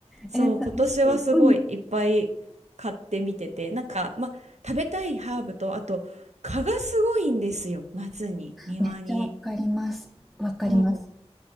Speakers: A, on the right (about 80°); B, in the centre.
A: そう、
B: えー、楽しい。
A: 今年はすごいいっぱい買ってみてて、
B: うん。
A: なんか、まあ、食べたいハーブと、あと、蚊がすごいんですよ、夏に、庭に。
B: めっちゃわかります。わかります。
A: そう